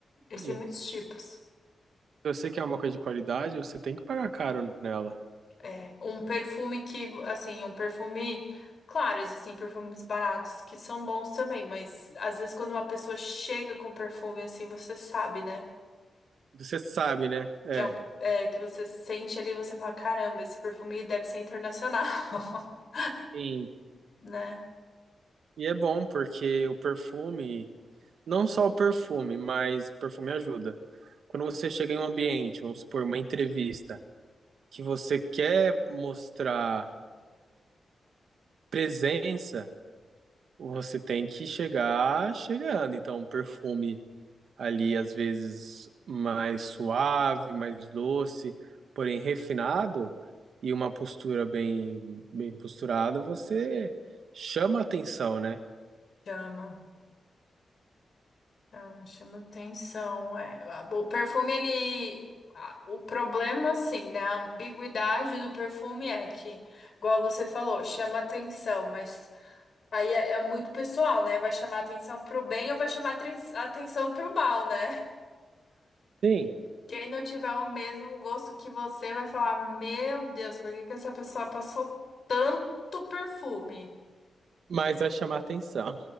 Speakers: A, on the left; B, on the right.
A: eles
B: se
A: têm muitos tipos.
B: você quer uma coisa de qualidade, você tem que pagar caro nela.
A: É, um perfume que, assim, um perfume. Claro, existem perfumes baratos que são bons também, mas às vezes quando uma pessoa chega com perfume, assim, você sabe, né?
B: Você sabe, né? É.
A: Que, é um- é, que você sente ali, você fala, caramba, esse perfume deve ser internacional, <laughs>
B: Sim.
A: né?
B: E é bom porque o perfume, não só o perfume, mas o perfume ajuda. Quando você chega em um ambiente, vamos supor, uma entrevista. que você quer mostrar presença, você tem que chegar chegando. Então, um perfume ali, às vezes, mais suave, mais doce, porém refinado, e uma postura bem, bem posturada, você chama atenção, né?
A: Chama. Tá, chama atenção. é. Ah, O perfume, ele. a- O problema, assim, né? A ambiguidade do perfume é que, igual você falou, chama atenção, mas aí é, é muito pessoal, né? Vai chamar atenção pro bem ou vai chamar tren- atenção pro mal, né?
B: Sim,
A: Quem não tiver o mesmo gosto que você vai falar: Meu Deus, por que que essa pessoa passou tanto perfume?
B: mas vai chamar atenção.